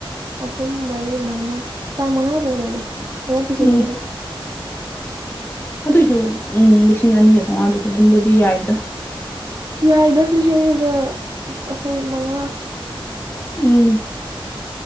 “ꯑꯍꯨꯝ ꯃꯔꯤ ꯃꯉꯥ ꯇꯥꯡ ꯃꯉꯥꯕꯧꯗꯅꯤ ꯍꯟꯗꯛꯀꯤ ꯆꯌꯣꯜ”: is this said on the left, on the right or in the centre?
Right